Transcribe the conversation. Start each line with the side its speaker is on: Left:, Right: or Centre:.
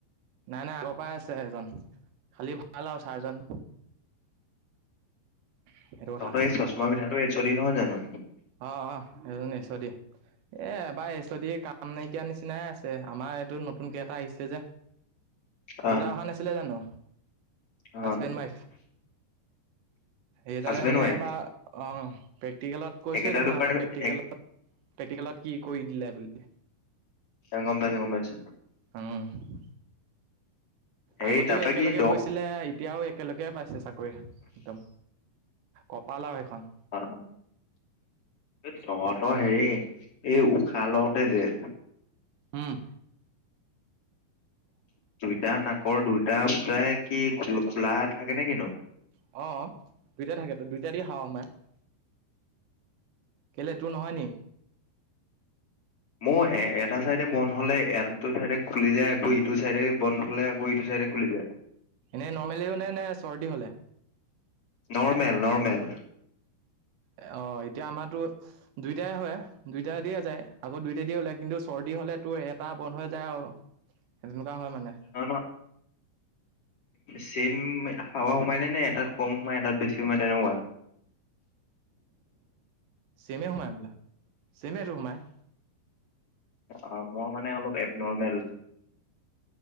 Right: নাই নাই আ পাই আছে এজন, খালি ভাল আৰু চাৰজন। সেইটো কথা
Left: তহঁতৰ এই চচমা পিন্ধাটো এইচ অ ডি নহয় জানো?
Right: অ'- অ', সেইজন এইচ অ ডি। এ এবাৰ এইছ অ ডিয়ে কাম নাইকিয়া নিচিনাই আছে, আমাৰ এইটো নতুনকে এটা আহিছে যে
Left: অ',
Right: দুটা অহা নাছিলে জানো?
Left: অ',
Right: হাজবেণ্ড - ৱাইফ। সেইকাৰণে
Left: হাজবেণ্ড
Right: মানে
Left: ৱাইফ
Right: এবাৰ অ প্ৰেক্টিকেলত কৈছোয়ে
Left: একেটা
Right: দেখোন
Left: ডিপাৰ্টমেণ্ট
Right: আমাৰ প্ৰেক্টিকেল
Left: এক
Right: প্ৰেক্টিকেলত কি কৰি দিলে বুলি?
Left: এ গম পাইছো গম পাইছো।
Right: উম।
Left: হেৰি
Right: আগতেও
Left: তাৰপা
Right: একেলগে
Left: কি তহ
Right: কৰিছিলে এতিয়াও একেলগে পাইছে চাকৰি একদম। কপাল আৰু সেইখন।
Left: অ তহঁতৰ হেৰি, এই উশাহ লওতে যে
Right: উম।
Left: দুইটা নাকৰ দুইটা ফুটাই কি খোল খোলা থাকে নে কিনো?
Right: অ। দুইটাই থাকে তো দুইটা দি হাৱা সোমায়, কেলে তোৰ নহয় নি?
Left: মোৰ এ এটা চাইডে বন্ধ হলে আনটো চাইডে খুলি যায় আকৌ ইটো চাইডে বন্ধ হ'লে আকৌ এইটো চাইডে খুলি যায়।
Right: এনেই নৰ্মেলিও নে নে চৰ্দি হ'লে?
Left: Normal normal.
Right: এ অ' এতিয়া আমাৰটো দুইটাই হয় দুইটাই দিয়ে যায় আকৌ দুইটাই দিয়ে ওলাই কিন্তু চৰ্দি হ'লে তোৰ এটা বন্ধ হৈ যায় আৰু তেনেকুৱা হয় মানে
Left: <unintelligible> চেম হাৱা সোমাইনে নে এটাত কম সোমাই এটাত বেছি সোমাই তেনেকুৱা
Right: চেমে সোমাই হ'বলা চেমেটো সোমাই
Left: অ মই মানে অলপ এব নৰ্মেল